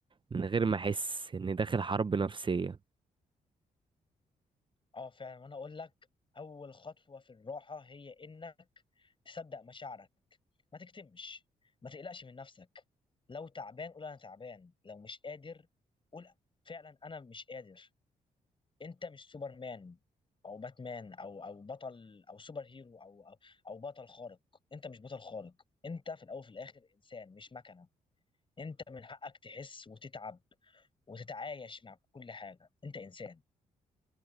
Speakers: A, on the right (about 35°); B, on the left (about 35°).
A: من غير ما أحس إني داخل حرب نفسية
B: اه فعلا وانا اقول لك اول خطوة في الراحة هي انك تصدق مشاعرك ما تكتمش ما تقلقش من نفسك لو تعبان قول انا تعبان لو مش قادر قول فعلا انا مش قادر انت مش سوبرمان او باتمان او او بطل او سوبر هيرو او او, أو بطل خارق انت مش بطل خارق انت في الاول وفي الاخر انسان مش مكنة انت من حقك تحس وتتعب وتتعايش مع كل حاجه انت انسان